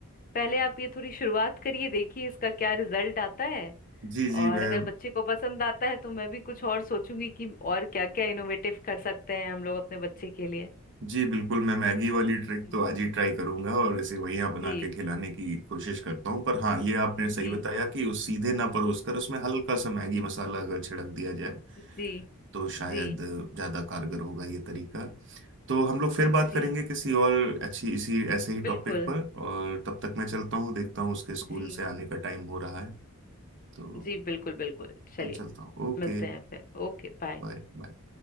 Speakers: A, on the left; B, on the right.
A: पहले आप ये थोड़ी शुरुआत करिए देखिए इसका क्या रिजल्ट आता है
B: जी जी
A: और
B: मैं
A: अगर बच्चे को पसंद आता है तो मैं भी कुछ और सोचूंगी कि और क्या क्या इनोवेटिव कर सकते हैं हम लोग अपने बच्चे के लिए
B: जी बिल्कुल मैं मैगी वाली ट्रिक
A: जी
B: तो आज ही ट्राई करूंगा और इसे वही यहाँ बना
A: जी
B: के खिलाने की कोशिश करता हूँ पर हाँ ये आपने सही
A: जी
B: बताया कि उस सीधे ना परोस कर उसमें हल्का सा मैगी मसाला अगर छिड़क दिया जाए
A: जी
B: तो शायद
A: जी
B: ज़्यादा कारगर होगा ये तरीका तो हम लोग फिर बात
A: जी
B: करेंगे किसी और अच्छी इसी ऐसे ही
A: बिल्कुल
B: टॉपिक पर और तब तक मैं चलता हूँ देखता हूँ उसके स्कूल
A: जी
B: से आने का टाइम हो रहा है तो
A: जी बिल्कुल बिल्कुल चलिए
B: तो चलता हूँ Okay
A: मिलते हैं फिर ओके बाय
B: bye bye